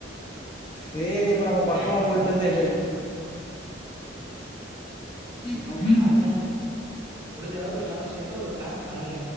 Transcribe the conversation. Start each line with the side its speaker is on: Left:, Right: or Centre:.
Left: சேரி அப் இப்ப நம்ம பக்கமா
Right: நியாயமானது
Left: பொயிட்டு வந்து
Right: தான் ப்ரோ.
Left: என்ஜாய் பண்ணி
Right: பாருங்க. முடிஞ்ச அளவுக்கு எல்லாரு சேந்து ஒரு ப்ளான் பண்ணுங்க